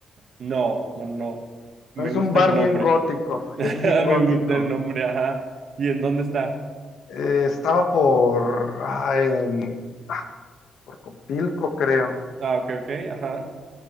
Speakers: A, on the right; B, on the left.
A: No, no, no. Me
B: No es
A: gusta
B: un bar
A: el nombre.
B: bien gótico,
A: <laughs> Me
B: es bien gótico.
A: gusta el nombre, ajá. ¿Y en dónde está?
B: Eh, estaba por, ah, en- por Copilco, creo.
A: Ah, ok, ok, ajá.